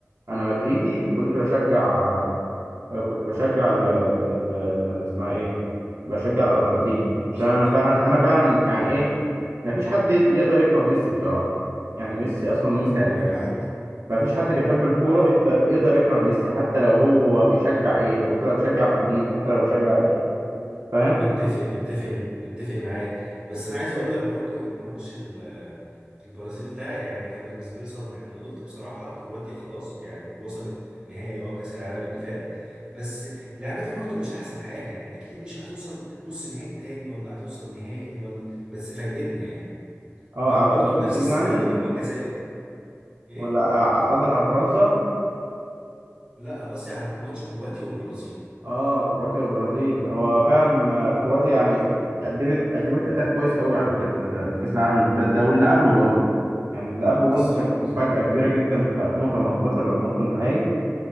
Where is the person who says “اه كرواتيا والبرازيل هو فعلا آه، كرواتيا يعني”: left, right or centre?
Right